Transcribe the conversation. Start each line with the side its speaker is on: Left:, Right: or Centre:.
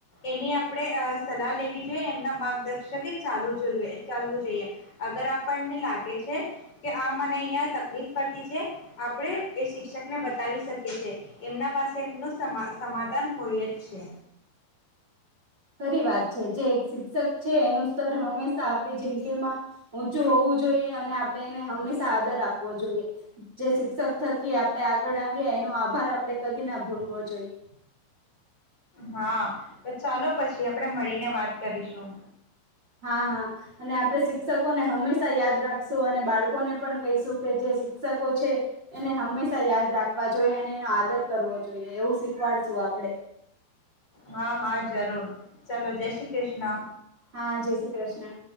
Left: એની આપણે સલાહ લેવી જોઈએ એમના માર્ગદર્શ શકે ચાલુ જુલવે ચાલવું જોઈએ. અગર આપણને લાગે છે કે આ મને અહંયા તકલીફ પડતી છે. આપડે એ શિક્ષક ને બ તાવી શકે છે. એમના પાસે એમનું સમા સમાધાન હોય જ છે.
Right: ખરી વાત. જે જે એક શિક્ષક છે એનું સ્ તર હંમેશા આપણી જિંદગી માં ઊંચું હોવું જોઈએ અને આપણે એને હંમેશા આદર આપવો જોઈએ. જે શિક્ષક થકી આપણે આગળ આવ્યા એનો આભાર આપણેે કદી ના ભૂલવો જોઈએ.
Left: હા, તો ચાલો પછી આપણેે મળીને વાત કરીશું.
Right: હા હા અને આપડે શી ક્ષકોને હંમેશા યાદ રાખશું અને બાળકોને પણ કહીશું કે જે શિક્ષકો છે. એને હંમેશા યાદ રાખે. ખવા જોઈએ અને એનો આદર કરવો જોઈએ એવું શીખવાડશું આપડે.
Left: હા હા જરૂર ચલો જય શ્રી કૃષ્ણ.
Right: હા જય શ્રી કૃષ્ણ.